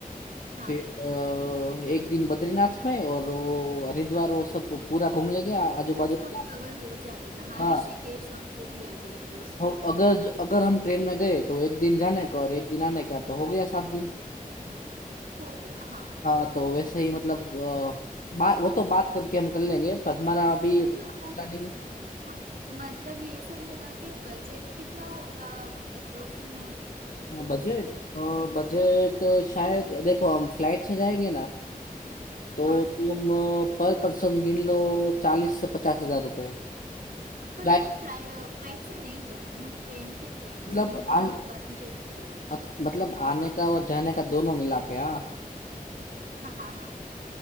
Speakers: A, on the right; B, on the left.
A: हाँ
B: फिर अ, एक दिन बद्रीनाथ में और वो हरिद्वार वो सब पूरा घूम लेंगे आजू
A: वो
B: बाजू
A: सब
B: का
A: कवर हो जाएगा हाँ
B: हाँ
A: ऋषिकेश और वो भी आ जाएगा उसमें
B: और अगर अगर हम ट्रेन में गए तो एक दिन जाने का और एक दिन आने का तो हो गया सात दिन
A: हो गया हाँ
B: हाँ तो वैसे ही मतलब अ, बा, वो तो बात करके हम कर लेंगे पर हमारा अभी
A: मतलब
B: प्लानिंग
A: रोज म- मतलब ये सब मिला के बजट कितना होगा अप्रोक्सीमेट
B: हाँ,
A: कुछ
B: बजट बजट शायद देखो हम फ्लाइट से जाएंगे ना तो
A: हाँ
B: तुम पर पर्सन गिन लो चालीस से पचास हजार रुपए
A: अब पर
B: फ्लाइट
A: हम फ्लाइ फ्लाइट से नहीं जाएंगे हम ट्रेन से ही जाएंगे
B: मतलब
A: तुमने बोला
B: आ,
A: वो बात मुझे अच्छी लगी
B: मत, मतलब आने का और जाने का दोनों मिला के हाँ,
A: हाँ हाँ